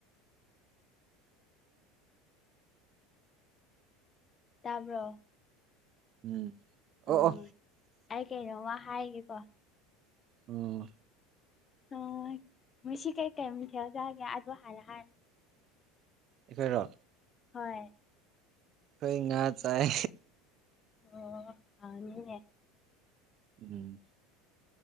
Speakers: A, on the left (about 30°); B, on the right (about 45°).
A: ꯇꯥꯕ꯭ꯔꯣ
B: ꯎꯝ ꯑꯣ
A: ꯎꯝ
B: ꯑꯣ
A: ꯑꯩ ꯀꯩꯅꯣꯃ ꯍꯥꯏꯒꯦꯀꯣ
B: ꯑꯣ
A: ꯑ ꯃꯁꯤ ꯀꯩ ꯀꯩꯝ ꯊꯦꯖꯑꯒꯦ ꯑꯗꯨꯗ ꯍꯥꯏꯥꯟꯅ ꯍꯥꯏ
B: ꯑꯩꯈꯣꯏꯔꯣ
A: ꯍꯣꯏ
B: ꯑꯩꯈꯣꯏ ꯉꯥ ꯆꯥꯏ
A: ꯑꯣ ꯑꯅꯤꯅꯦ
B: ꯎꯝ